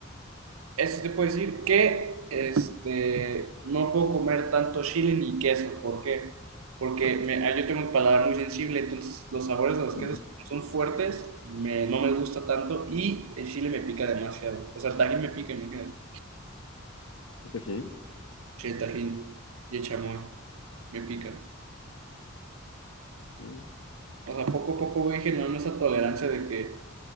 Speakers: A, on the right; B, on the left.
A: eso te puedo decir que, este, no puedo comer tanto chile ni queso. ¿Por qué? Porque me- ah, yo tengo un paladar muy sensible, entonces los sabores de los
B: Ujú.
A: quesos son fuertes, me- no me gusta tanto y el chile me pica demasiado. O sea, el tajín me pica, imagínate.
B: Tajín.
A: Sí, el Tajín y el chamoy me pican.
B: Ujú.
A: O sea, poco a poco voy generando esa tolerancia de que